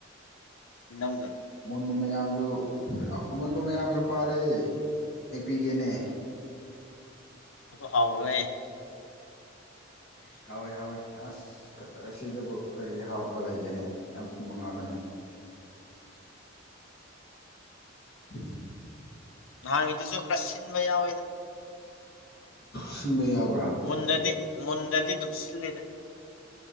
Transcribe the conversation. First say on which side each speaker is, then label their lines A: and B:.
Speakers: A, on the left; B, on the left.
A: ꯏꯅꯧꯗꯣ
B: ꯃꯣꯟꯕ ꯃꯌꯥꯝ ꯑꯗꯨ ꯑꯃꯨꯣꯟꯕ ꯃꯌꯥꯝꯁꯨ ꯄꯥꯜꯂꯦ ꯌꯦꯛꯄꯤꯒꯦꯅꯦ
A: ꯑꯗꯨ ꯍꯥꯎꯔꯑꯦ
B: ꯑꯁ ꯍꯥꯎꯏꯤ ꯍꯥꯎꯋꯤ ꯑꯁ ꯑꯁꯤꯗꯕꯨ ꯀꯔꯤ ꯍꯥꯎꯗꯕ ꯂꯩꯒꯦꯅꯦ ꯌꯥꯝ ꯊꯨꯝꯕ ꯉꯥꯛꯇꯅꯦ <unintelligible> <unintelligible>
A: ꯅꯍꯥꯟꯉꯤꯗꯨꯁꯨ ꯈꯔ ꯁꯤꯟꯕ ꯌꯥꯎꯋꯦꯗ
B: ꯁꯤꯟꯕ ꯌꯥꯕ
A: ꯃꯨꯟꯗꯗꯤ ꯃꯨꯟꯗꯗꯤ ꯑꯗꯨꯝ ꯁꯤꯜꯂꯤꯔꯦ